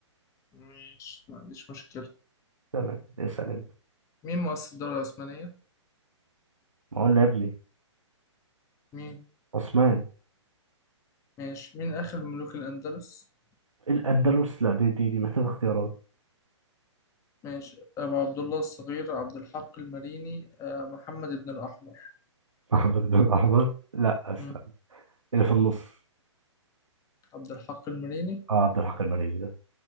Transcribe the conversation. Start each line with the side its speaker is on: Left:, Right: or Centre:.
Left: ماشي ما عنديش مشكلة
Right: تمام اسأل انت
Left: مين مؤسس الدولة العثمانية؟
Right: ما قلنا يا ابني
Left: مين؟
Right: عثمان
Left: ماشي مين آخر ملوك الأندلس؟
Right: الأندلس لا دي دي, دي محتاجة اختيارات
Left: ماشي أبو عبد الله الصغير عبد الحق المريني آه، محمد بن الأحمر
Right: محمد بن الأحمر لا استنى
Left: مم.
Right: اللي في النص
Left: عبد الحق المريني
Right: اه عبد الحق المريني ده